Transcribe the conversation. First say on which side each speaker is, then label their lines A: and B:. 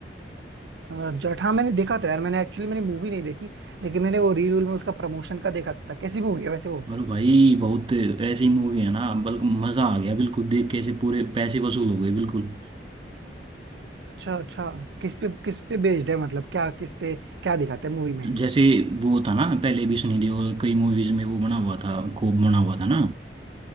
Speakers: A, on the right; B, on the right.
A: अ, जट हाँ मैंने देखा था यार मैंने एक्चुअली मैंने मूवी नहीं देखी लेकिन मैंने वो रील में उसका प्रमोशन का देखा था कैसी मूवी है वैसे वो
B: और भाई बहुत ऐसी मूवी है ना बल्कि मजा आ गया बिल्कुल देख के ऐसे पूरे पैसे वसूल हो गए बिल्कुल
A: अच्छा अच्छा किस पे किस पे बेस्ड है मतलब क्या किस पे क्या दिखाते हैं मूवी में
B: जैसे वो था ना पहले भी सनी देओल कई मूवीज में वो बना हुआ था कोप बना हुआ था ना